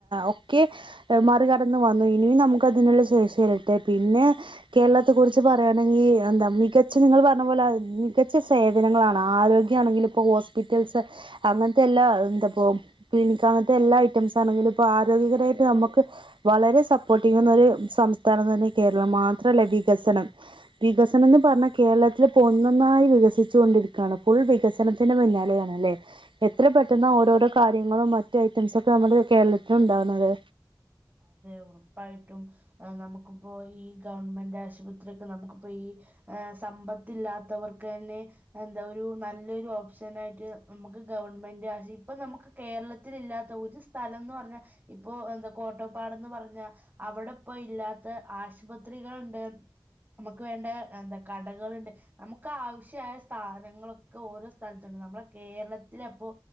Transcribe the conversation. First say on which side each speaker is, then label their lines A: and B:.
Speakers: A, on the right; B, on the right.
A: ഒക്കെ മറികടന്ന വന്നു ഇനിയും നമുക്ക്തിനുള്ള ശേഷി തരട്ടെ പിന്നെ കേരളത്തെ കുുറിച്ച് പറയുകയാണെങ്കിൽ എന്താ മികച്ച നിങ്ങൾ പറഞ്ഞ പോലെ മികച്ച സേവനങ്ങളാണ് ആരോഗ്യമാണെങ്കില ഇപ്പോൾ ഹോസ്പിറ്റൽസ് അങ്ങനത്തെ എല്ലാ എന്താപ്പോൾ ക്ലിനിക് അങ്ങനത്തെ എല്ലാ ഐറ്റംസ് ആണെങ്കിലും ഇപ്പോൾ ആരോഗ്യകരമായിട്ട് നമുക്ക് വളരെ സപ്പോർട്ടീ ചെയുന്നൊ ഒരു സംസ്ഥാനം തന്നെ കേരളം മാത്രല്ലേ വികസനം വികസനംന്ന് പറഞ്ഞാ കേരളത്തിൽ ഒന്ന് ഒന്നായി വികസിച്ചു കൊണ്ടിരിക്കുകയാണ് ഫുൾ വികസനത്തിന്റെ പിന്നാലെയാണ്ല്ലേ എത്ര പെട്ടെന്ന് ഓരോരോ കാര്യങ്ങളും മറ്റു ഐറ്റംസ ഒക്കെ നമ്മുടെ കേരളത്തി ഉണ്ടാവുന്നത്
B: അതെ ഉറപ്പായിട്ടും നമുക്കിപ്പോൊ ഈ ഗവൺമെന്റ് ആശുപത്രിക്കെ നമുക്കിപ്പോ ഈ സമ്പത്തില്ലാത്തവർക്ക് തന്നെ എന്താ ഒരു നല്ലൊരു ഓപ്ഷന ആയിട്ട് നമുക്ക് ഗവൺമെന്റ് ഇപ്പൊ നമുക്ക് കേരളത്തി ഇല്ലാത്ത ഒരു സ്ഥലംന്ന് പറഞ്ഞാ ഇപ്പൊ എന്ത കോട്ടപ്പാട്ന്ന് പറഞ്ഞാ അവിടെ ഇപ്പോ ഇല്ലാത്ത ആശുപത്രികൾുണ്ട് നമുക്ക് വേണ്ട എന്താ കടകളുണ്ട് നമുക്ക് ആവശ്യമായ സ്ഥാധനങ്ങളൊക്കെ ഓരോ സ്ഥലത്തുണ്ട് നമ്മള കേരളത്തില അപ്പോ